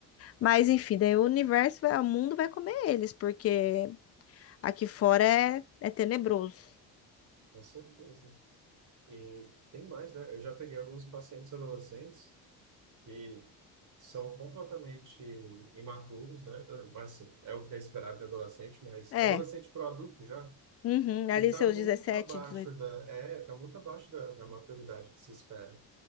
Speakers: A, on the left; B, on the right.
A: Mas enfim, daí o universo, vai- o mundo vai comer eles, porque aqui fora é, é tenebroso.
B: com certeza. E tem mais, né? Eu já peguei alguns pacientes adolescentes que são completamente imaturos, né? Mas assim, é o que é esperado de adolescente, mas
A: É.
B: adolescente para adulto já.
A: Uhum,
B: que
A: ali
B: está
A: seus
B: muito
A: 17,
B: abaixo
A: 18.
B: da, é, tá muito abaixo da, da maturidade que se espera.